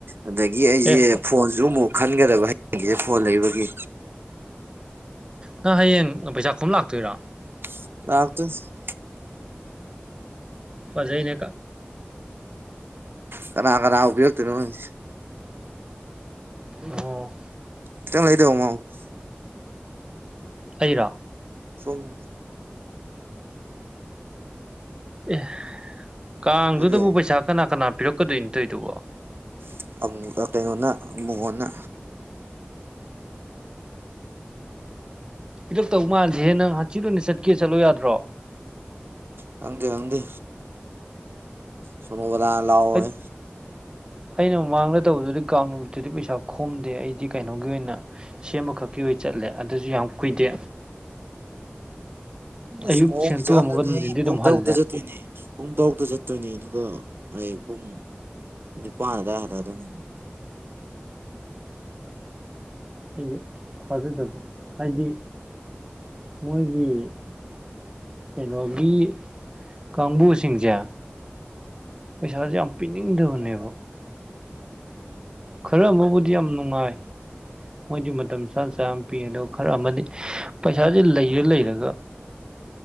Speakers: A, on the right (about 60°); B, on the right (about 20°).
A: ꯑꯗꯒꯤ ꯑꯩꯁꯦ
B: ꯑꯦ
A: ꯐꯣꯟꯁꯨ ꯑꯃꯨꯛ ꯈꯟꯒꯗꯕ ꯍꯌꯦꯡꯒꯤꯁꯦ ꯐꯣꯟ ꯂꯩꯕꯒꯤ
B: ꯅꯪ ꯍꯌꯦꯡ ꯄꯩꯁꯥ ꯈꯣꯝ ꯂꯥꯛꯇꯣꯏꯔꯣ
A: <unintelligible>
B: ꯐꯖꯩꯅꯦ
A: ꯀꯅꯥ ꯀꯅꯥꯕꯨ ꯄꯤꯔꯛꯇꯣꯏꯅꯣ ꯈꯪꯗꯦ
B: ꯑꯣ
A: <unintelligible>
B: ꯑꯩꯔꯥ
A: ꯁꯣ
B: ꯑꯦ ꯀꯥꯡꯗꯨꯗꯕꯨ
A: ꯍꯥꯏꯕ ꯌꯥꯏ
B: ꯄꯩꯁꯥ ꯀꯅꯥ ꯀꯅꯥ ꯄꯤꯔꯛꯀꯗꯣꯏꯅꯣꯠꯇꯣꯏꯗꯨꯕꯣ
A: <unintelligible> ꯀꯩꯅꯣꯅ ꯃꯨꯉꯣꯟꯅ
B: ꯄꯤꯔꯛꯇꯧ ꯃꯥꯟꯗꯦꯍꯦ ꯅꯪ ꯍꯥꯡꯆꯤꯠ ꯑꯣꯏꯅ ꯆꯠꯀꯦ ꯆꯠꯂꯣ ꯌꯥꯗ꯭ꯔꯣ
A: ꯈꯪꯗꯦ ꯈꯪꯗꯦ ꯁꯣꯃꯣꯂꯥꯅ ꯂꯥꯛꯑꯣꯌꯦ
B: ꯍꯩꯠ ꯑꯩꯅ ꯃꯃꯥꯡꯗ ꯇꯧꯕꯗꯨꯗꯤ ꯀꯥꯡ ꯅꯨꯃꯤꯠꯇꯨꯗꯤ ꯄꯩꯁꯥ ꯈꯣꯝꯗꯦ ꯑꯩꯗꯤ ꯀꯩꯅꯣꯒꯤ ꯑꯣꯏꯅ ꯁꯦꯝꯕꯈꯛꯀꯤ ꯑꯣꯏ ꯆꯠꯂꯦ ꯑꯗꯨꯁꯨ ꯌꯥꯝ ꯀꯨꯏꯗꯦ
A: ꯑꯁ
B: ꯑꯌꯨꯛ
A: ꯄꯣꯡ
B: ꯁꯦꯝꯇꯣꯛꯑꯝꯃꯒ
A: ꯏꯆꯥꯝꯗꯨꯅ
B: ꯅꯨꯡꯊꯤꯟꯗꯤ
A: ꯑꯩ ꯄꯨꯡ
B: ꯑꯗꯨꯝ
A: ꯇꯔꯨꯛꯇ
B: ꯍꯜꯂꯦ
A: ꯆꯠꯇꯣꯏꯅꯦ ꯄꯨꯡ ꯇꯔꯨꯛꯇ ꯆꯠꯇꯣꯏꯅꯦ ꯑꯗꯨꯒ ꯑꯩ ꯄꯨꯡ ꯅꯤꯄꯥꯟ ꯑꯗꯨꯋꯥꯏ ꯍꯜꯂꯑꯗꯣꯏꯅꯦ
B: ꯍꯥꯏꯗꯤ ꯊꯥꯖꯗꯕ ꯍꯥꯏꯗꯤ ꯃꯣꯏꯒꯤ ꯀꯩꯅꯣꯒꯤ ꯀꯥꯡꯕꯨꯁꯤꯡꯁꯦ ꯄꯩꯁꯥꯁꯦ ꯌꯥꯝ ꯄꯤꯅꯤꯡꯗꯕꯅꯦꯕ ꯈꯔ ꯑꯃꯕꯨꯗꯤ ꯌꯥꯝ ꯅꯨꯡꯉꯥꯏ ꯃꯣꯏꯗꯤ ꯃꯇꯝ ꯆꯥꯅ ꯆꯥ ꯄꯤꯗꯣ ꯈꯔ ꯑꯃꯅꯤ ꯄꯩꯁꯥꯁꯦ ꯂꯩꯔ ꯂꯩꯔꯒ